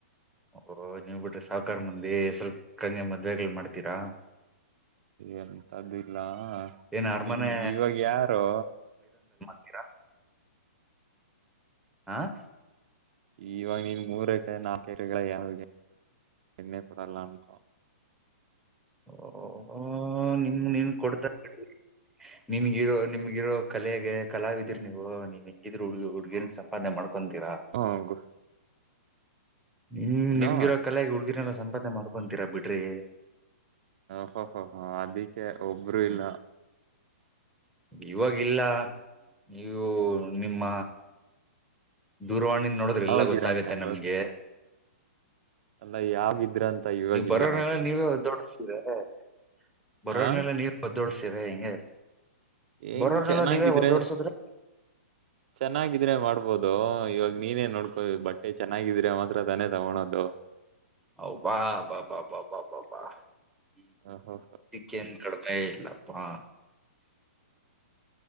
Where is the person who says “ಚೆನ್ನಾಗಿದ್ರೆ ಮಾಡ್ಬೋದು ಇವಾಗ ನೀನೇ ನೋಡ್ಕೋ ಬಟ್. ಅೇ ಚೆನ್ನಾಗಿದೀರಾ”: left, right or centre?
Right